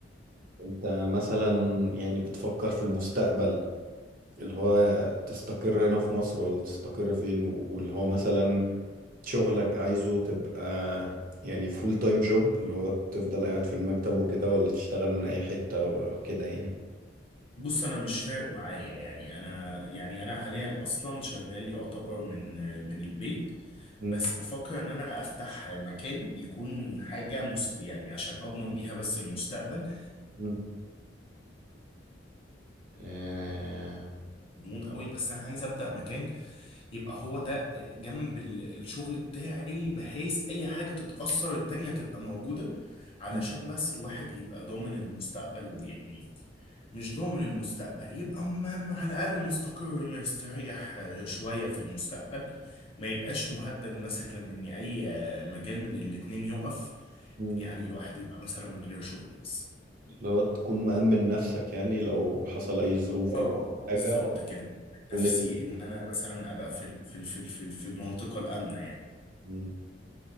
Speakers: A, on the right; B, on the left.
A: أنت مثلا يعني بتفكر في المستقبل اللي هو تستقر هنا في مصر ولا تستقر فين و- واللي هو مثلا شغلك عايزه تبقى يعني فول تايم جوب اللي هو تفضل قاعد في المكتب وكده ولا تشتغل من أي حتة وكده يعني
B: بص أنا مش فارق معايا يعني أنا يعني أنا حاليا أصلا شغال يعتبر من من البيت
A: م-
B: بس بفكر إن أنا أفتح مكان يكون حاجة مست يعني عشان أضمن بيها بس المستقبل
A: م. آه،
B: مضمون قوي بس أنا عايز أبدأ مكان يبقى هو ده جنب ال- الشغل بتاعي بحيث اي حاجة تتأثر التانية تبقى موجودة علشان
A: م-
B: بس الواحد يبقى ضامن المستقبل ويعني مش ضامن المستقبل يبقى م- م- على الأقل مستقر مستريح شوية في المستقبل ما يبقاش مهدد مثلا ان اي مجال من الاتنين يقف
A: م.
B: يعني الواحد يبقى مثلا من غير شغل بس
A: اللي هو تكون مأمن نفسك يعني لو حصل أي ظروف
B: اه
A: أو حاجة
B: بالظبط كده
A: تكون
B: نفسي
A: ال-
B: ان انا مثلا ابقى في ال- في ال- في ال- في ال- في المنطقة الآمنة يعني
A: موجود.